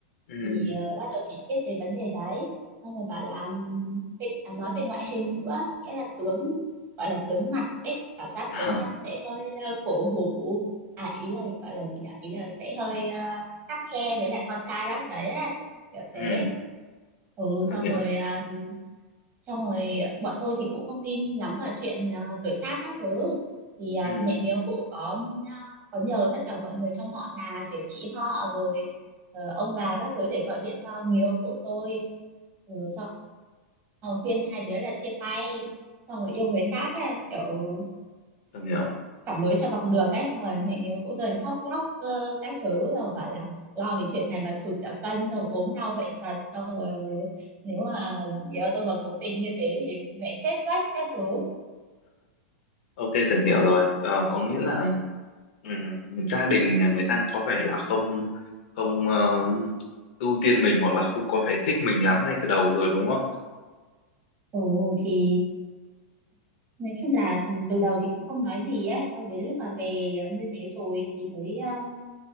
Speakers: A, on the left; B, on the right.
A: ừ
B: thì ờ, bắt đầu chỉ triết về vấn đề đấy xong rồi bảo là ừm, thế- à, nói về ngoại hình nữa nghĩa là tướng gọi là tướng mặt ấy cảm giác
A: ờ
B: tướng mặt sẽ hơi ờ, cổ hủ à ý là gọi là gì nhỉ ý là sẽ hơi ờ, khắt khe với lại con trai bác đấy ấy, kiểu
A: ừ
B: thế ừ
A: tôi
B: xong
A: hiểu
B: rồi ờ, xong rồi bọn tôi thì cũng không tin lắm vào chuyện ờ, tuổi tác các thứ thì ờ,
A: ừ
B: mẹ người yêu cũ có ờ, có nhờ tất cả mọi người trong họ Hà kiểu chị họ rồi ờ, ông bà các thứ để gọi điện cho người yêu cũ tôi ừ, xong rồi khuyên hai đứa là chia tay xong rồi yêu người khác ấy, kiểu
A: tôi hiểu
B: phản đối cho bằng được ấy xong rồi mẹ hiếu cũng dần khóc lóc ờ, các thứ rồi bảo là lo về chuyện này mà sụt cả cân xong rồi ốm đau bệnh tật xong rồi nếu mà nếu tôi mà cố tình như thế thì mẹ chết mất các thứ
A: Ok, tưởng hiểu rồi. Ờ, có nghĩa là ừm, gia đình nhà người ta có vẻ là không không ờ, ưu tiên mình hoặc là không có vẻ thích mình lắm ngay từ đầu rồi đúng không?
B: Ồ thì nói chung là ừ, từ đầu thì cũng không nói gì ấy sau đến lúc mà về ờ, như thế rồi thì mới um,